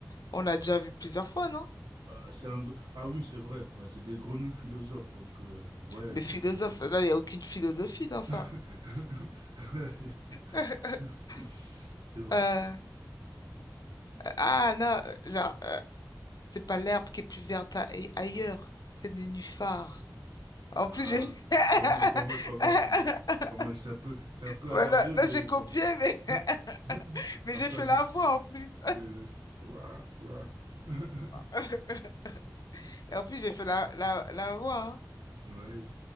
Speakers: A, on the left; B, on the right.
A: On l'a déjà vu plusieurs fois, non?
B: Bah, c'est un... g- Ah oui, c'est vrai, bah, c'est des grenouilles philosophes, donc euh, ouais,
A: Mais
B: c'est
A: philosophe,
B: vrai que...
A: là, il n'y a aucune philosophie dans ça.
B: <laughs>
A: <laughs>
B: C'est vrai.
A: Euh, ah, non, genre, euh, c'est pas l'herbe qui est plus verte a- ai- ailleurs, c'est le nénuphar. En
B: Ah,
A: plus, j'ai... <laughs>
B: pas mal, pas mal, pas mal, pas mal. Pas mal, c'est un peu, c'est un peu
A: Voilà,
B: hasardeux, mais
A: là, j'ai copié,
B: pas mal.
A: mais,
B: <laughs>
A: <laughs> mais
B: Un
A: j'ai
B: peu
A: fait
B: hasard.
A: la voix en plus.
B: Oui, oui. Ouais, ouais. <laughs>
A: <laughs> Et en plus, j'ai fait la, la, la voix.
B: Ouais.